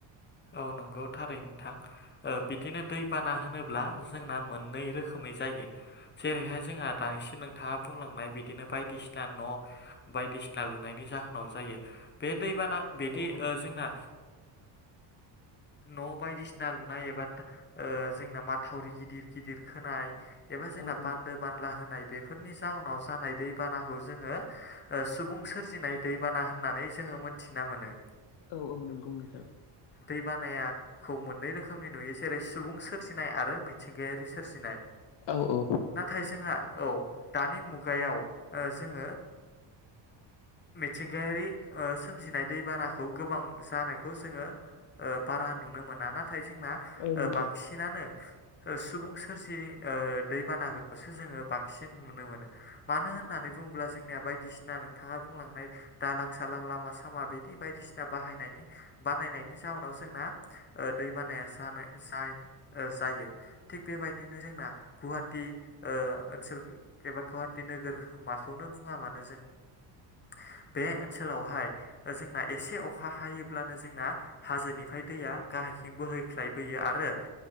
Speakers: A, on the left (about 25°); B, on the left (about 60°).
A: औ नंगौ थारै नोंथां बिदिनो दैबाना होनोब्ला जोंना मोननै रोखोमै जायो जेरैहाय जोंहा दानिसिम नोंथाङा बुंलांनाय बिदिनो बायदिसिना ना न' बायदिसिना फना लुनायनि जाहोनाव जायो बे दैबाना बिदि
B: औ औ
A: जोंना न' बायदिसिना लुनाय एबा जोंना माथावरि गिदिर गिदिर खोनाय एबा जोंना
B: औ औ
A: बान्दो बानला होनाय बेफोरनि जाहोनाव जानाय दैबानाखौ जोङो सुबुं सोरजिनाय दैबाना होननानै जोङो जोङो मोनथिना मोनो
B: औ औ नंगौ नोंथां
A: बानायाखौ मोननै रोखोमनि नुयो जेरै सुबुं सोरजिनाय आरो मिथिंगायारि सोरजिनाय।
B: औ औ
A: नाथाय जोंहा औ दानि मुगायाव ओ जोङो। मिेथिंगायारि। ओ सोमजिनाय दैबानाखौ गोबां जानायखौ जोङो ओ बारा नुनो मोना नाथाय ज जोंना
B: औ
A: ओ
B: नंगौ
A: बांसिनानो ओ सुबुं सोरजि ओ दैबाना बेसो जोङो बांसिन नुनो मोनो मानो होन होन्नानै बुंङोब्ला जोंनिया बायदिसि ना नोंथाङा बुंलांनाय दालां सालां लामा सामा बिदि बायदिसिना बाहायनानि बानानाय जाउनाव जोंना ओ दै बानाया जानाय जाय ओ जायो थिग बेबायदिनो जों ना गुवाहाटि ओ ओनसोल एबा गुवाहाटि नोगोर माखौनो बुङा मानो जों बे ओनसोलावहाय जोंना एसे अखा हायोब्लानो जोंना हाजोनिफ्राय दैया गाहायथिं बोहैख्लायबोयो आरो